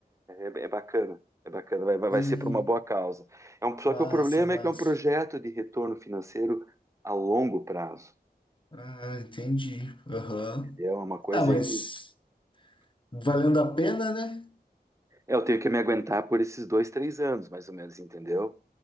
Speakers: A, on the right (about 15°); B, on the left (about 30°).
A: é, é, é bacana, é bacana, vai, vai vai
B: Sim,
A: ser para uma boa causa. É um, só
B: massa,
A: que o problema
B: massa.
A: é que é um projeto de retorno financeiro a longo prazo,
B: Ah, entendi. Aham.
A: entendeu? É uma coisa
B: Ah, mas
A: aí que
B: valendo a pena, né?
A: é, eu tenho que me aguentar por esses dois, três anos, mais ou menos, entendeu?